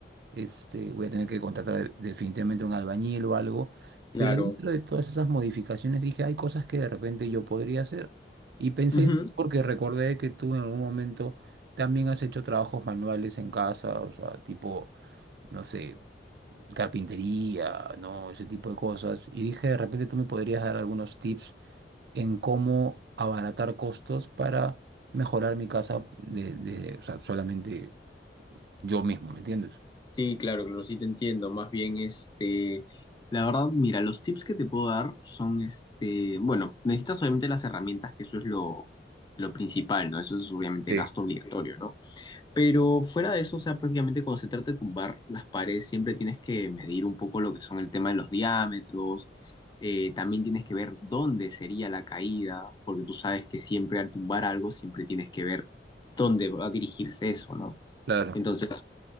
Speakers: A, on the right; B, on the left.
A: este, voy a tener que contratar definitivamente un albañil o algo,
B: claro.
A: pero dentro de todas esas modificaciones dije, hay cosas que de repente yo podría hacer. Y pensé,
B: Ujú.
A: porque recordé que tú en algún momento también has hecho trabajos manuales en casa, o sea, tipo no sé, carpintería, ¿no? Ese tipo de cosas. Y dije, de repente tú me podrías dar algunos tips en cómo abaratar costos para mejorar mi casa de, de- o sea, solamente yo mismo, ¿me entiendes?
B: Sí, claro, claro, sí te entiendo. Más bien, este, la verdad, mira, los tips que te puedo dar son, este, bueno, necesitas obviamente las herramientas, que eso es lo, lo principal, ¿no? Eso es obviamente
A: Sí,
B: gasto obligatorio, ¿no? Pero fuera de eso, o sea, prácticamente cuando se trata de tumbar las paredes, siempre tienes que medir un poco lo que son el tema de los diámetros. eh, también tienes que ver dónde sería la caída, porque tú sabes que siempre al tumbar algo, siempre tienes que ver dónde va a dirigirse eso, ¿no?
A: claro.
B: Entonces,